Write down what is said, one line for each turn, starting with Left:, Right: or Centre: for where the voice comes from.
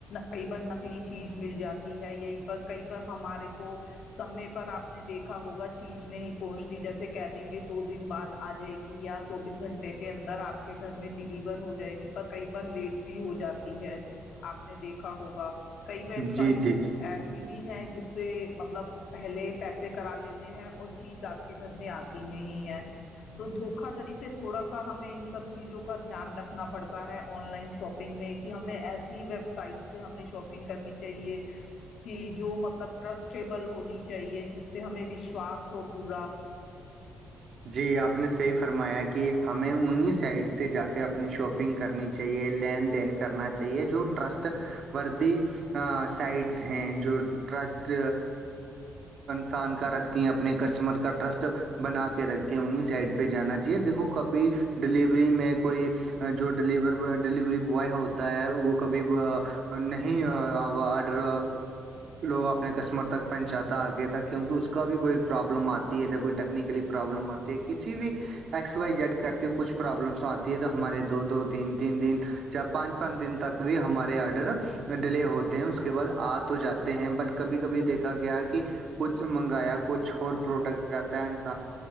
Left: کئی بار نکلی چیز مل جاتی ہے یہی پر کئی بار ہمارے کو سمے پر آپ نے دیکھا ہوگا چیز نہیں پہنچتی جیسے کہ دیں گے دو دن بعد آ جائے گی یا چوبیس گھنٹے کے اندر آپ کے گھر میں ڈلیور ہو جائے گی پر کئی بار لیٹ بھی ہو جاتی ہے آپ نے دیکھا ہوگا کئی ویب
Right: جی،
Left: سائٹ
Right: جی، جی۔
Left: ایسی بھی ہیں جس پہ مطلب پہلے پیسے کرا لیتے ہیں اور چیز آپ کے گھر میں آتی نہیں ہے تو دھوکا دڑی سے تھوڑا سا ہمیں ان سب چیزوں کا دھیان رکھنا پڑتا ہے آن لائن شاپنگ میں ہمیں ایسی ویب سائٹ سے ہمیں شاپنگ کرنی چاہیے کہ جو مطلب ٹرسٹیبل ہونی چاہیے جس پہ ہمیں وشواس ہو پورا
Right: جی آپ نے صحی فرمایا کہ ہمیں انہیں سائڈ سے جا کے اپنی شاپنگ کرنی چاہیے لین دین کرنا چاہیے جو ٹرسٹ وردی سائٹس ہیں جو ٹرسٹ سان کا رکھتی ہیں اپنے کسٹمر کا ٹرسٹ بنا کے رکھتی ہیں انہیں سائڈ پہ جانا چاہیے دیکھو کبھی ڈیلیوری میں کوئی جو ڈلیورو ڈلیوری وہ ہوتا ہے وہ کبھی نہیں آڈر لوگ اپنے کسٹمر تک پہنچاتا ہے آگے تک کیونکہ اس کا بھی کوئی پروابلم آتی ہے کوئی ٹیکنیکلی پرابلم آتی ہے کسی بھی ایکس وائی جیڈ کر کے کچھ پروابلمس آتی ہے تو ہمارے دو دو تین تین دن جب پانچ کند دن تک بھی ہمارے آرڈر ڈیلے ہوتے ہیں اس کے بعد آ تو جاتے ہیں بٹ کبھی کبھی دیکھا گیا کہ کچھ منگایا کچھ اور پروڈکٹ جاتا ہے ان سے